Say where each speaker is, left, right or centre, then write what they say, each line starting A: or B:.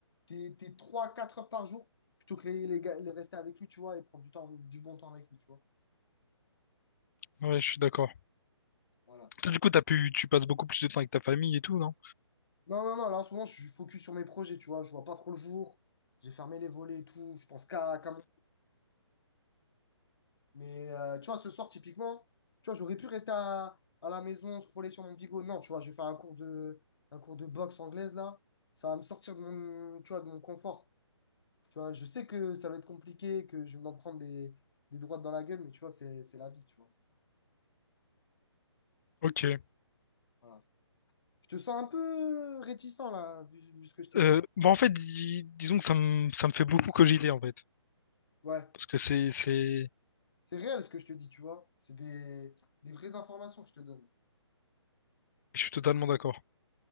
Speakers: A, on the left; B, on the left.
A: t'es, t'es trois quatre heures par jour, plutôt que les, les, gars- les rester avec lui, tu vois, et prendre du temps, du bon temps avec lui, tu vois.
B: Ouais, je suis d'accord.
A: Voilà.
B: Toi, du coup, t'as pu, tu passes beaucoup plus de temps avec ta famille et tout, non?
A: Non, non, non, là, en ce moment, je suis focus sur mes projets, tu vois. Je vois pas trop le jour. J'ai fermé les volets et tout. Je pense qu'à qu'à mon... Mais euh, tu vois, ce soir, typiquement, tu vois, j'aurais pu rester à, à la maison, scroller sur mon bigot. Non, tu vois, je vais faire un cours de, un cours de boxe anglaise, là. Ça va me sortir de mon, tu vois, de mon confort. Tu vois, je sais que ça va être compliqué, que je vais m'en prendre des, des droites dans la gueule, mais tu vois, c'est, c'est la vie, tu vois.
B: Ok.
A: Voilà. Je te sens un peu réticent, là, vu, vu ce que je t'ai
B: Euh,
A: dit.
B: bah, en fait, dis- disons que ça me, ça me fait beaucoup cogiter, en fait.
A: Ouais.
B: Parce que c'est, c'est...
A: C'est réel ce que je te dis, tu vois. C'est des, des vraies informations que je te donne.
B: Je suis totalement d'accord.